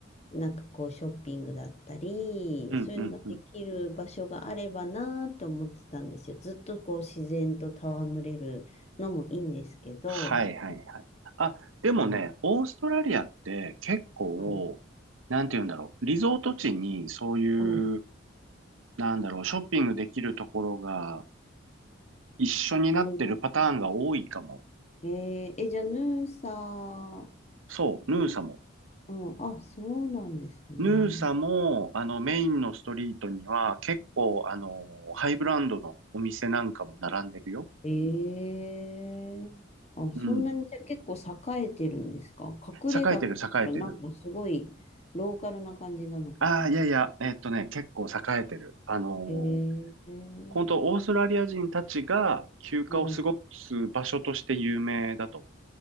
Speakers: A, on the left (about 35°); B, on the right (about 80°).
A: なんかこうショッピングだったり、
B: うん、
A: そういうのができる場所があればなーって思ってたんですよ。
B: うん、うん。
A: ずっとこう自然と戯れるのもいいんですけど。
B: はい、はい、はい。あ、でもね、
A: うん。
B: オーストラリアって結構、
A: はい。
B: なんて言うんだろう、リゾート地にそういう、
A: うん。
B: なんだろう、ショッピングできるところが一緒になってるパターンが多いかも。
A: ありますね。えー、え、じゃあ、ヌーサは、
B: そう、ヌーサも。
A: うん、あ、そうなんですね。
B: ヌーサも、あの、メインのストリートには、結構、あの、ハイブランドのお店なんかも並んでるよ。
A: ええあ、そんなにじゃあ結構栄えてるんですか隠れ家って言ったらなんかすごいローカルな感じなのかと思う。
B: うん。栄えてる、栄えてる。ああ、いやいや、えっとね、結構栄えてる。あのー、
A: へえ、
B: 本当オーストラリア人たちが休暇を過ごす場所として有名だと思
A: も